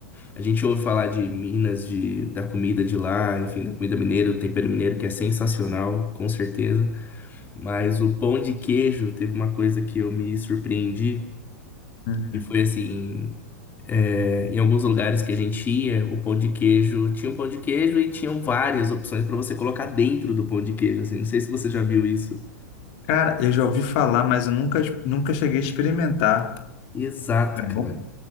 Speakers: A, on the left; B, on the left.
A: a gente ouve falar de Minas, de... da comida de lá, enfim, da comida mineira, do tempero mineiro, que é sensacional, com certeza. Mas o pão de queijo teve uma coisa que eu me surpreendi,
B: Uhum.
A: e foi assim. É, em alguns lugares que a gente ia, o pão de queijo tinha um pão de queijo e tinham várias opções pra você colocar dentro do pão de queijo, assim. Não sei se você já viu isso.
B: Cara, eu já ouvi falar, mas eu nunca, nunca cheguei a experimentar.
A: Exato,
B: É
A: cara,
B: bom?